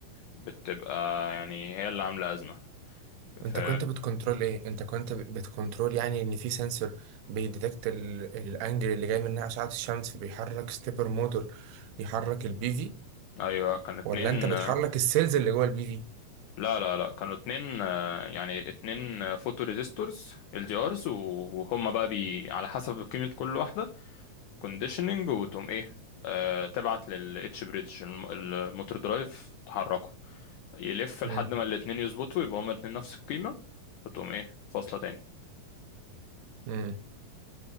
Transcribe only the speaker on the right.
انت كنت بتكنترول ايه انت كنت بتكنترول يعني ان في سنسور بيديتكت ال- الانجل اللي جاي منها اشعة الشمس بيحرك ستيبر موتور يحرك البي في
ولا انت بتحرك السيلز اللي جوه البي في
امم
امم